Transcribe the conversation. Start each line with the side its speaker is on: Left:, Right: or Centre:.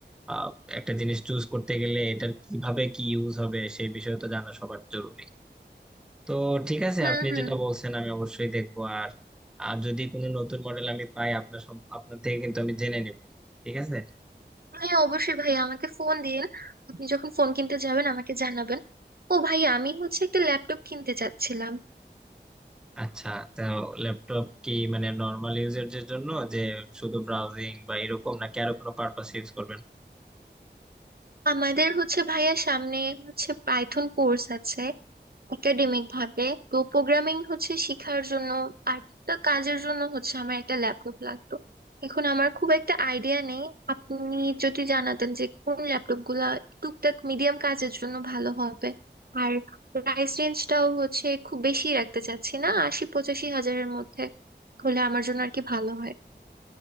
Centre: আহ, একটা জিনিস চুজ করতে গেলে এটার কিভাবে কি ইউজ হবে সেই বিষয়ে তো জানা সবার জরুরি তো ঠিক আছে
Right: হুম
Centre: আপনি
Right: হুম
Centre: যেটা বলছেন আমি অবশ্যই দেখবো আর আর যদি কোনো নতুন মডেল আমি পাই আপনার সম- আপনার থেকে কিন্তু আমি জেনে নিব ঠিক আছে
Right: হ্যাঁ অবশ্যই ভাইয়া আমাকে ফোন দিন আপনি যখন ফোন কিনতে যাবেন আমাকে জানাবেন ও ভাইয়া আমি হচ্ছে একটা ল্যাপটপ কিনতে চাচ্ছিলাম
Centre: আচ্ছা তো ল্যাপটপ কি মানে নর্মাল ইউজের জন্য যে শুধু ব্রাউজিং বা এরকম নাকি আরো কোনো পারপাস ইউজ করবেন
Right: আমাদের হচ্ছে ভাইয়া সামনে হচ্ছে পাইথন কোর্স আছে একাডেমিক ভাবে তো প্রোগ্রামিং হচ্ছে শেখার জন্য আর একটা কাজের জন্য হচ্ছে আমার একটা ল্যাপটপ লাগতো এখন আমার খুব একটা আইডিয়া নেই আপনি যদি জানাতেন যে কোন ল্যাপটপ গুলা টুকটাক মিডিয়াম কাজের জন্য ভালো হবে আর প্রাইস রেঞ্জটাও হচ্ছে খুব বেশি রাখতে চাচ্ছি না আশি পঁচাশি হাজারের মধ্যে হলে আমার জন্য আর কি ভালো হয়